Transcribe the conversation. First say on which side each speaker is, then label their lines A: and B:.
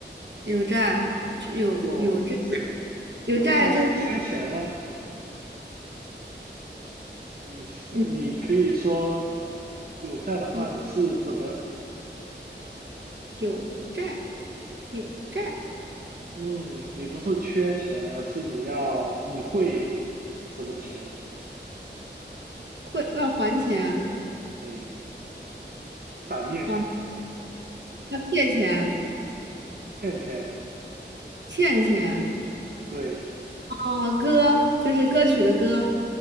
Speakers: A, on the right; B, on the right.
A: 有债有有债
B: 有
A: 有债就是
B: 有债是缺钱吗？你是你可以说
A: 嗯
B: 有债的话，
A: 有
B: 你是怎么？
A: 有债有债
B: 嗯，你不是缺钱，而是你要你会什么钱？
A: 会要还钱
B: 诶，反面
A: 还要借钱
B: 欠钱。
A: 欠钱
B: 对，
A: 哦歌就是歌曲的歌，